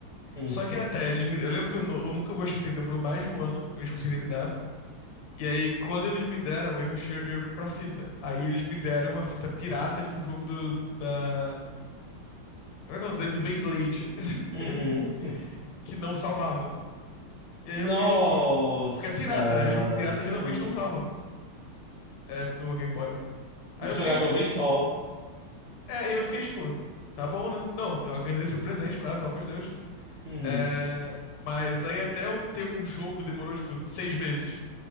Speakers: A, on the right; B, on the left.
A: uhum,
B: Só que até eles me. Eu lembro que eu, nu- eu nunca vou esquecer que demorou mais de um ano que eles conseguirem me dar. E aí, quando eles me deram, eu não tinha o dinheiro pra comprar fita. Aí eles me deram a fita pirata de um jogo do. Da... como é que é o nome? Do Beyblade, <laughs>
A: uhum.
B: que não salvava. E
A: <laughs> Nossa!
B: aí eu fiquei, tipo, fica pirata, né? Jogo pirata
A: Uhum.
B: geralmente não salva. é, no Game Boy. Aí
A: E
B: eu
A: jogar
B: fiquei tipo,
A: de uma vez só.
B: é, eu fiquei tipo, tá bom, né? Não, eu agradeci o presente, claro, pelo amor de Deus.
A: Uhum.
B: É, mas aí até eu ter um jogo demorou tipo seis meses.